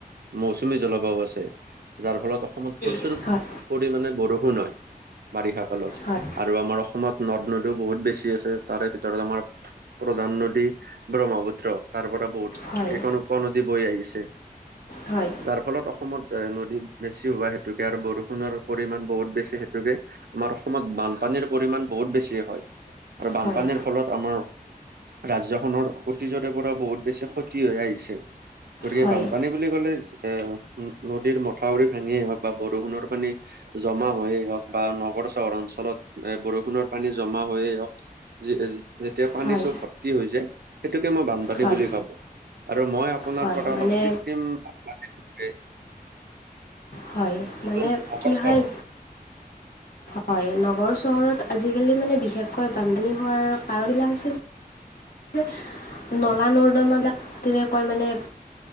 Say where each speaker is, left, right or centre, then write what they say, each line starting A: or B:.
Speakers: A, on the right; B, on the left.
A: মৌচুমী জলবায়ু আছে যাৰ ফলত অসমত প্ৰচুৰ
B: হয়
A: পৰিমাণে বৰষুণ হয় বাৰিষা কালত।
B: হয়
A: আৰু আমাৰ অসমত নদ নদীও বহুত বেছি আছে তাৰে ভিতৰত আমাৰ। প্ৰধান নদী ব্ৰহ্মপুত্ৰ তাৰ পৰা বহুত
B: হয়
A: কেইখন উপ উপনদী বৈ আহিছে
B: হয়
A: যাৰ ফলত অসমত এ নদী বেছি হোৱা হেতুকে আৰু বৰষুণৰ পৰিমণ বহুত বেছি হেতুকে। আমাৰ অসমত বানপানীৰ পৰিমান বহুত বেছি হয় আৰু
B: হয়
A: বানপানীৰ ফলত আমাৰ। ৰাজ্যখনৰ অতীজৰে পৰা বহুত বেছি ক্ষতি হৈ আহিছে। গতিকে
B: হয়
A: বানপানী বুলি ক'লে এ নদীৰ মথাউৰি ভাঙিয়েই হওক বা বৰষুণৰ পানী। জমা হৈয়ে হওক বা নগৰ চহৰ অঞ্চল ফলত এ বৰষুণৰ পানী জমা হৈয়ে হওক যে-যেতিয়া পানীটো
B: হয়
A: ফৰ্তি হৈ যায়। সেইটোকে মই বানপানী
B: হয়
A: বুলি ভাৱোঁ আৰু মই আপোনাৰ
B: হয়
A: পৰা
B: মানে
A: অলপ কৃত্ৰিম। <unintelligible>
B: হয়
A: যিটো
B: মানে
A: নগৰ
B: কি হয়।
A: চহৰ
B: হয় নগৰ চহৰত আজিকালি মানে বিশেষকৈ বানপানী হোৱাৰ কাৰন বিলাক হৈছে যে। <inaudible> নলা-নৰ্দমা বিলাক তেনেকৈ মানে।